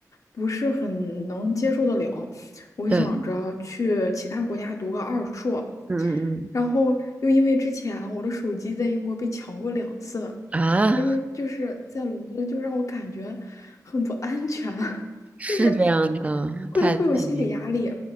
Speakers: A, on the left; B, on the right.
A: 不是很能接受得了。我想着去其他国家读个二硕，
B: 对，嗯嗯
A: 然后又因为之前我的手机在英国被抢过两次，
B: 嗯啊。
A: 因为就是在伦敦，就让我感觉很不安全，<laughs>
B: 是这样的，
A: 就是会会有心理压力。
B: 太太离谱。